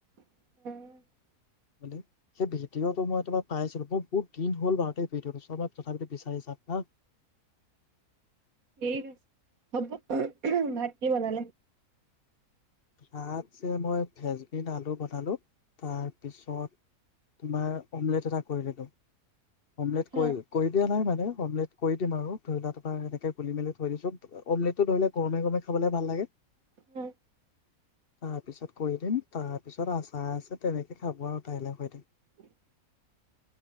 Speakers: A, on the right; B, on the left.
A: উম
B: মানে সেই ভিডিঅ'টো মই তোমাৰ পাইছিলো মোৰ বহুত দিন হ'ল বাৰু সেই ভিঅ'টো মই তথাপিতো বিচাৰি চাম হা
A: ঠিক আছে হ'ব, ভাত কি বনালে?
B: ভাত যে মই ভেজবিন আলু বনালো তাৰপিছত তোমাৰ অমলেট এটা কৰি দিলোঁ। অমলেট
A: হা
B: কৈ কৈ দিয়া নাই মান অমলেট কৰি দিম আৰু ধৰি লোৱা তোমাৰ এনেকে গুলি মেলি থৈ দিছো অমলেটটো ধৰিলো গৰমে গৰমে খাবলে ভাল লাগে।
A: উম।
B: তাৰপিছত কৰি দিম তাৰপিছত আচাৰ আছে তেনেকে খাব আৰু তাইলৈ হৈ থাক
A: হয়।